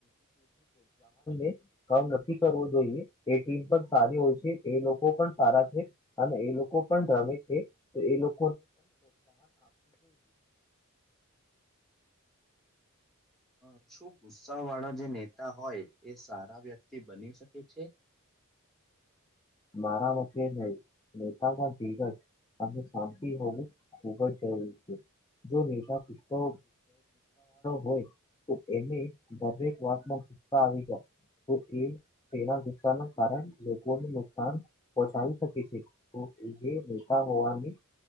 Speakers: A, on the left; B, in the centre.
A: એ કામ નથી કરવું જોઈએ એ ટીમ પણ સારી હોય છે, એ લોકો પણ સારા છે અને એ લોકો પણ રમે છે. તો એ લો
B: હ શું ગુસ્સા વાળા જે નેતા હોય એ સારા વ્યક્તિ બની શકે છે.
A: મારા માટે નહીં નેતા મા ધીરજ અને શાંતિ હોવું ખુબ જ જરૂરી છે. જો નેતા ગુસ્સો હોય તો એને દરેક વાતમાં ગુસ્સા આવી જાય તો એ એના ગુસ્સા ના કારણે લોકોને નુક સાન પહોંચાડી શકે છે તો એ જે નેતા હોવાની